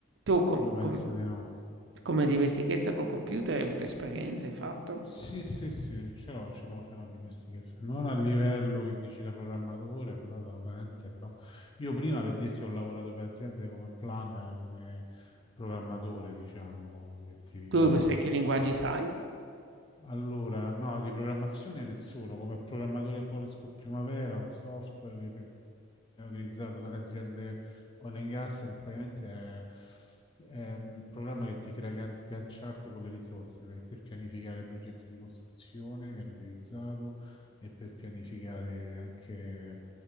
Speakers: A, on the right; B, on the left.
A: tu com
B: Io penso
A: com
B: di no.
A: come dimestichezza col computer hai avuto esperienza, hai
B: Mm,
A: fatto?
B: Sì, sì, sì, ce l'ho, ce l'ho, ce l'ho dimestichezza. Non a livello che dici da programmatore, però da utente, però io prima per dirti ho lavorato per aziende come planner, come programmatore, diciamo, di attività.
A: Tu sai che
B: cose
A: linguaggi
B: qui.
A: sai?
B: Allora, no, di programmazione nessuno, come programmatore conosco Primavera, un software che utilizzato dalle aziende oil and gas, che praticamente è, è un programma che ti crea gan- Gantt chart con le risorse per, per pianificare i progetti di costruzione, viene utilizzato e per pianificare anche